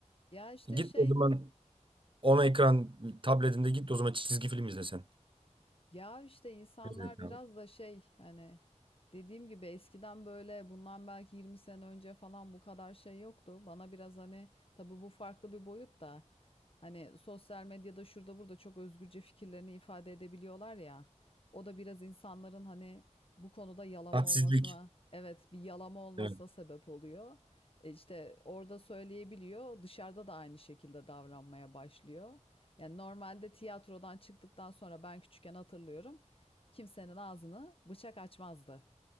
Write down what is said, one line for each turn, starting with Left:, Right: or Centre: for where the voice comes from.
Left: Ya işte
Right: Git
Left: şey
Right: o zaman ona ekran tabletinde git o zaman çizgi film izle sen.
Left: Ya işte insanlar
Right: Evet
Left: biraz
Right: abi.
Left: da şey hani dediğim gibi eskiden böyle bundan belki 20 sene önce falan bu kadar şey yoktu. Bana biraz hani tabii bu farklı bir boyut da hani sosyal medyada şurada burada çok özgürce fikirlerini ifade edebiliyorlar ya. O da biraz insanların hani bu konuda yalama
Right: Hadsizlik.
Left: olmasına evet bir yalama olmasına
Right: Evet.
Left: sebep oluyor. E işte orada söyleyebiliyor dışarıda da aynı şekilde davranmaya başlıyor. Yani normalde tiyatrodan çıktıktan sonra ben küçükken hatırlıyorum. Kimsenin ağzını bıçak açmazdı.